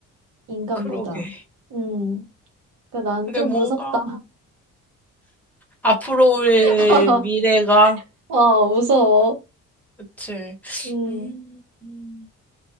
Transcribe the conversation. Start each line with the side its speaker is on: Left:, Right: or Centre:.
Right: 인간보다.
Centre: 그러게.
Right: 음. 그러니까 난
Centre: 근데
Right: 좀
Centre: 뭔가
Right: 무섭다.
Centre: 앞으로의
Right: <laughs>
Centre: 미래가
Right: 어, 무서워.
Centre: 그치.
Right: 음.
Centre: 음, 음,